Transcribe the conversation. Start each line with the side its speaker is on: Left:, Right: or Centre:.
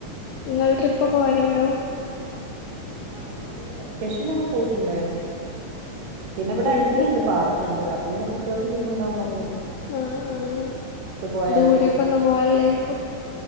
Left: ഇങ്ങൾ ട്രിപ്പൊക്കെ പോവല്ണ്ടോ
Right: ആ ഞങ്ങളിങ്ങനെ വെക്കേഷനിലൊക്കെ പോയിട്ടുണ്ടായിരുന്നു പിന്നെ ഇവിടെ അടുത്ത്ണ്ട്
Left: എന്ത്
Right: പാർക്ക്ണ്ട് അത് പിന്നെ കുട്ട്യാൾക്ക് ലീവ്ണ്ടാവ്മ്പൾ
Left: ആ അ അങ്ങനെ
Right: പോയാല്
Left: ദൂരെക്കൊന്നും പോവലില്ലായിരിക്കും